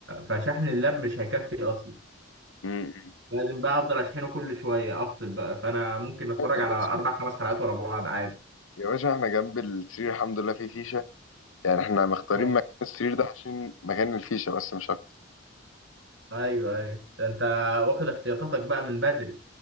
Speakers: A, on the right; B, on the left.
A: فشحن اللاب مش هيكفي اصلا
B: امم
A: لازم بقى افضل اشحنه كل شويه افصل بقى فانا ممكن اتفرج
B: يا
A: على
B: باشا
A: اربع خمس حلقات ورا بعض عادي
B: يا باشا احنا جنب السرير الحمد لله في فيشة يعني احنا مختارين
A: آه.
B: مكان السرير ده عشان مكان الفيشة بس مش اكتر
A: ايوه ايوه ده انت واخد احتياطاتك بقى من بدري